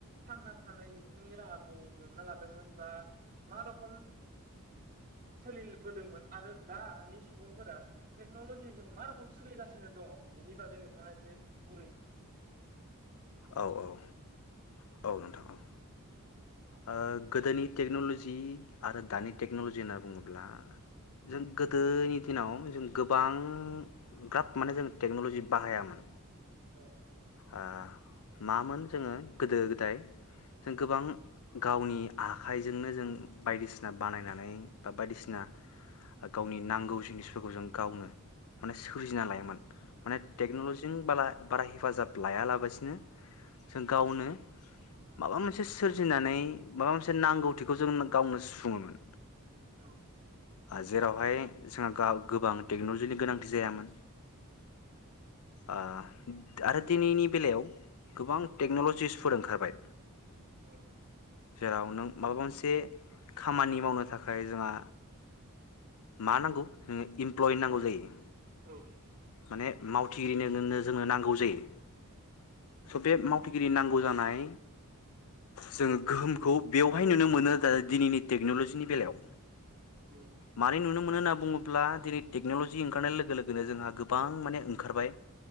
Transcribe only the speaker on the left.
औ औ औ औ नोंथां औ।
ओ गोदोनि टेक्न'ल'जि आरो दानि टेक्न'लजि होनना बुङोब्ला जों गोदोनि दिनाव जों गोबां ग्राब माने जों टेक्न'लजि बाहायामोन।
ओ मामोन जोङो गोदो गोदाय जों गोबां गावनि आखाइजोंनो जों बायदिसिना बानायनानै बा बायदिसिना गावनि नांगौ जिनिसफोरखौ जों गावनो माने सोरजिना लायोमोन। माने टेक्न'लजिजों बाला बारा हेफाजाब लायालाबासिनो जों गावनो माबा मोनसे सोरजिनानै माबामोनसे नांगौथिखौ जों गावनो सुफुङोमोन।
जेरावहाय जोंहा गोबां टेक्न'लजिनि गोनांथि जायामोन। आ आरो दिनैनि बेलायाव गोबां टेक्न'ल'जिसफोर ओंखारबाय।
जेराव नों माबा मोनसे खामानि मावनो थाखाय जोंहा मा नांगौ इमप्लय नांगौ जायो।
माने मावथिगिरिनो जोंनो नांगौ जायो। <unintelligible> माव थिगिरि नांगौ जानाय जोङो गोहोमखौ बेवहाय नुनो मोनो दिनैनि टेक्न'लजिनि बेलायाव।
मारै नुनो मो <unintelligible> मोनो बुङोब्ला दिनै टेक्न'लजि ओंखारनाय लोगो लोगोन जोंहा गोब बां माने ओंखारबाय